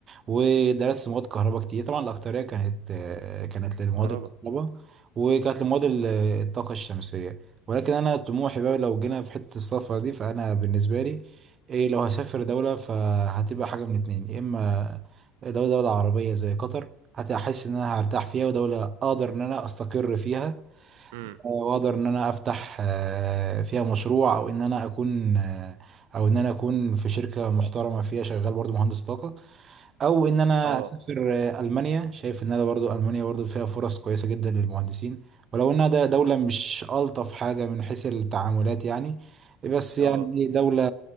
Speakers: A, on the right; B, on the right.
A: ودرست مواد كهرباء كتير طبعا الأكترية كانت آه، كانت لمواد
B: كهرباء
A: الكهرباء وكانت لمواد ال- الطاقة الشمسية ولكن أنا طموحي بقى لو جينا في حتة السفر دي فأنا بالنسبة لي إيه لو هسافر دولة فهتبقى حاجة من اتنين يا إما دولة دولة عربية زي قطر هتحس إن أنا هرتاح فيها ودولة أقدر إن أنا أستقر فيها
B: امم
A: آه، وأقدر إن أنا أفتح آه، فيها مشروع أو إن أنا أكون آه، أو إن أنا أكون في شركة محترمة فيها شغال برضو مهندس طاقة او ان انا
B: اه
A: اسافر آه، المانيا شايف ان انا برضو المانيا برضو فيها فرص كويسه جدا للمهندسين ولو انها ده دوله مش الطف حاجه من حيث التعاملات يعني بس يعني
B: اه
A: إيه دوله